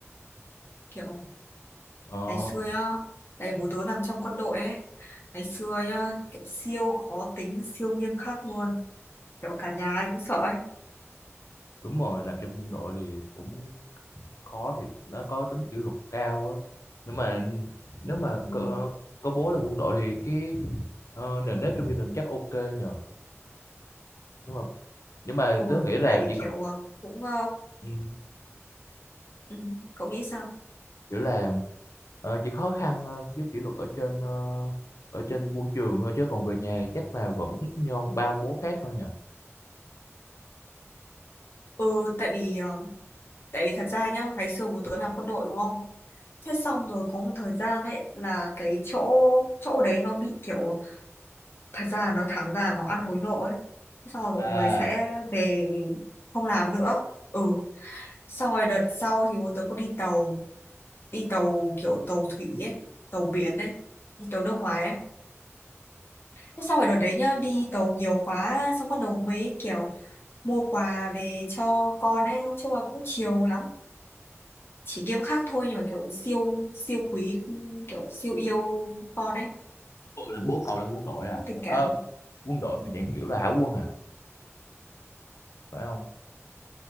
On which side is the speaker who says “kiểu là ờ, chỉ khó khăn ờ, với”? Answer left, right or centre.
Left